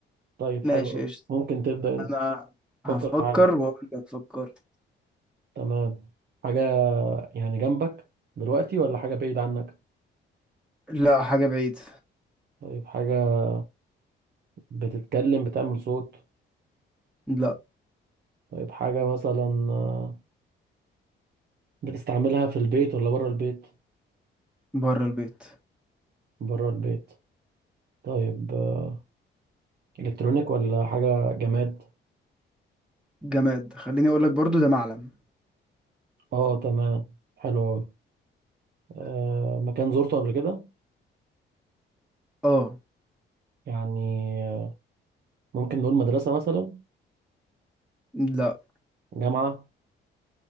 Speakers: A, on the right (about 55°); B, in the centre.
A: طيب
B: ماشي
A: حلو قوي
B: قشطة
A: ممكن تبدا انت
B: انا هفكر
A: فكر في حاجه
B: واقول لك فكر
A: تمام حاجة يعني جنبك دلوقتي ولا حاجة بعيد عنك
B: لا حاجة بعيدة
A: طيب حاجة بتتكلم بتعمل صوت
B: لا
A: طيب حاجة مثلا آه، بتستعملها في البيت ولا بره البيت
B: بره البيت
A: بره البيت طيب آه، إلكترونيك ولا حاجة جماد
B: جماد خليني اقول لك برضو ده معلم
A: اه تمام حلو أوي آه، مكان زرته قبل كده
B: اه
A: يعني آه، ممكن نقول مدرسة مثلا
B: لا
A: جامعة